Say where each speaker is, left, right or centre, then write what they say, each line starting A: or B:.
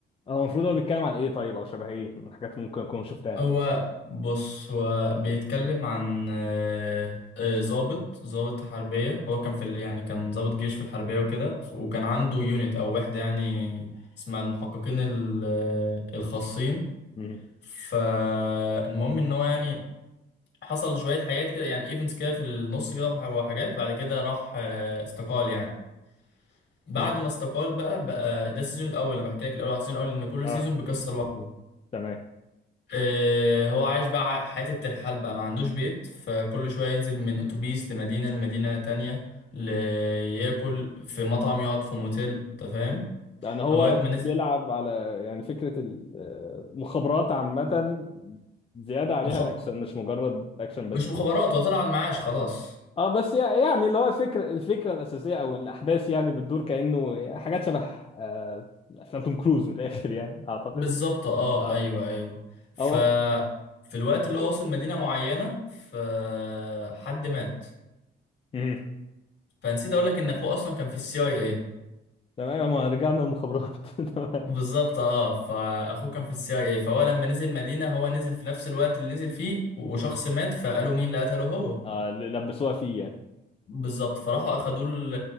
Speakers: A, on the left (about 30°); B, on the left (about 60°).
A: هو المفروض هو بيتكلم على ايه طيب او شبه ايه من الحاجات اللي ممكن اكون شفتها
B: هو بص هو بيتكلم عن آه، آه، ضابط ضابط حربية هو كان في ال- يعني كان ضابط جيش في الحربية وكده وكان عنده يونت أو وحدة يعني اسمها المحققين ال- آه، الخاصين
A: مهم.
B: فالمهم إن هو يعني حصل شوية حاجات كده يعني ايفنتس كده في النص كده وح- وحاجات بعد كده راح آه، استقال يعني بعد
A: مهم.
B: ما استقال بقى بقى ده السيزون الأول أنا بحكي لك الأول على السيزون الأول إن كل
A: اه
B: سيزون بقصة لوحده
A: تمام
B: آه، هو عايش بقى حياة الترحال بقى ما عندوش بيت فكل شوية ينزل من أتوبيس لمدينة لمدينة تانية ل- ياكل في مطعم يقعد في موتيل أنت فاهم
A: يعني هو
B: لغاية ما
A: بيلعب
B: نزل
A: على يعني فكره ال- آه، المخابرات عامه زياده عليها
B: مخب...
A: الاكشن مش مجرد اكشن بس
B: مش مخابرات هو طلع على المعاش خلاص
A: اه بس يع- يعني اللي هو الفكره الفكره الاساسيه او الاحداث يعني بتدور كانه حاجات شبه آه، افلام توم كروز من الاخر يعني اعتقد
B: بالظبط اه
A: اه
B: ايوه ايوه ف
A: او
B: في الوقت اللي هو وصل مدينة معينة فحد مات
A: مم.
B: فنسيت اقول لك ان اخوه اصلا كان في السي اي اي
A: تمام ما رجعنا المخابرات <laughs> تمام
B: بالظبط اه فاخوه كان في السي اي اي فهو لما نزل مدينه هو نزل في نفس الوقت اللي نزل فيه وشخص مات فقالوا مين اللي قتله هو
A: آه اللي لبسوها فيه يعني
B: بالظبط فراحوا اخدوا ال-